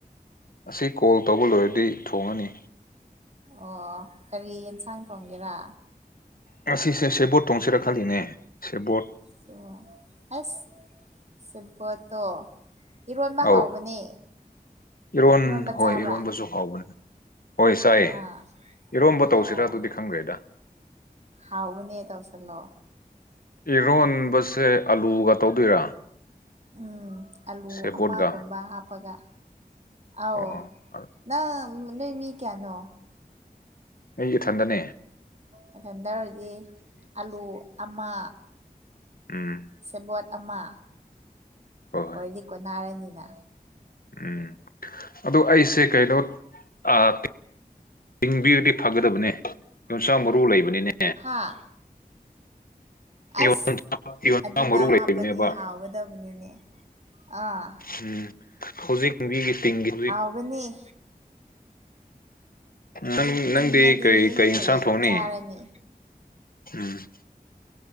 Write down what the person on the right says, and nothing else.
ꯑꯣ ꯀꯔꯤ ꯏꯟꯁꯥꯡ ꯊꯣꯡꯒꯦꯔꯥ
<unintelligible> ꯑꯦꯁ ꯁ‌ꯦꯕ‌ꯣꯠꯇꯣ ꯏꯔꯣꯟꯕ
ꯍꯥꯎꯕꯅꯦ
ꯏꯔꯣꯟꯕ
ꯆꯥꯕ꯭ꯔꯥ
ꯑꯥ
ꯑꯣ
ꯍꯥꯎꯕꯅꯦ ꯇꯧꯁꯜꯂꯣ
ꯎꯝ ꯑꯂꯨ
ꯑꯃꯒꯨꯝꯕ ꯍꯥꯞꯄꯒ ꯑꯧ
ꯅꯪ ꯅꯣꯏ ꯃꯤ ꯀꯌꯥꯅꯣ
ꯅꯊꯟꯇꯥ ꯑꯣꯏꯔꯗꯤ ꯑꯂꯨ ꯑꯃ
ꯁꯦꯕꯣꯠ ꯑꯃ
ꯑꯣꯏꯗꯤ ꯀꯣꯟꯅꯥꯔꯅꯤꯅ
ꯍꯥꯥ ꯑꯁ
ꯑꯗꯨꯒ
ꯍꯥꯞꯄꯗꯤ ꯍꯥꯎꯒꯗꯕꯅꯤꯅꯦ ꯑꯥ
ꯍꯥꯎꯕꯅ‌ꯦ ꯍꯨꯖꯤꯛ
ꯇꯤꯡꯉꯗꯤ
ꯍꯌꯦꯡ
ꯆꯥꯔꯅꯤ